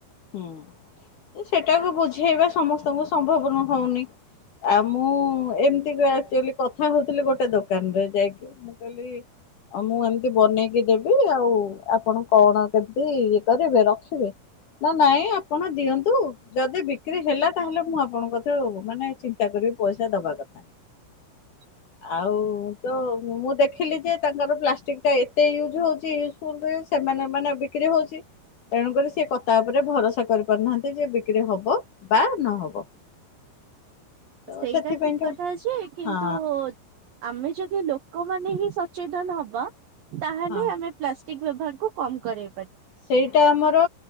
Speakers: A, on the left; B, on the right.
A: ହୁଁ ଏ ସେଟାକୁ ବୁଝେଇବା ସମସ୍ତଙ୍କୁ ସମ୍ଭବ ନ ହଉନି। ଆଉ ମୁଁ ଏମିତି ଆକଚୁଆଲି କଥା ହଉଥିଲି ଗୋଟେ ଦୋକାନରେ ଯାଇକି କିଏ। ଆଉ ମୁଁ ଏମିତି ବନେଇକି ଦେବି ଆଉ ଆପଣ କଣ କେମିତି ଇଏ କରିବେ ରଖିବେ। ନା ନାଇଁ ଆପଣ ଦିଅନ୍ତୁ ଯଦି ବିକ୍ରି ହେଲା ତାହେଲେ ମୁଁ ଆପଣଙ୍କୁ କତି ମାନେ ଚି ଚିନ୍ତା କରିବି ପଇସା ଦବା କଥା।
B: <inaudible>
A: ଆଉ ତ ମୁଁ ଦେଖିଲି ଯେ ତାଙ୍କର ପ୍ଲାଷ୍ଟିକ ଟା ଏତେ ୟୁଜ୍ ହଉଚି ପୁନ୍‌ ବେ ସେମାନେ ମାନେ ବିକ୍ରି ହଉଛି ତେଣୁକରି ସେ କ ତା ଉପରେ ଭରସା କରିପାରୁନାହାନ୍ତି ଯେ ବିକ୍ରି ହବ ବା ନହବ। ତ
B: ସେଇଟା
A: ସେଥିପାଇଁକା
B: ଠିକ୍ କଥା ଯେ କିନ୍ତୁ
A: ହଁ
B: ଆମେ ଯଦି ଲୋକମାନେ ହିଁ ସଚେତନ ହବା ତାହେଲେ
A: ହଁ
B: ଆମେ ପ୍ଲାଷ୍ଟିକ୍ ବ୍ୟବହାରକୁ କମ୍ କରେ
A: ସେଇଟା ଆମର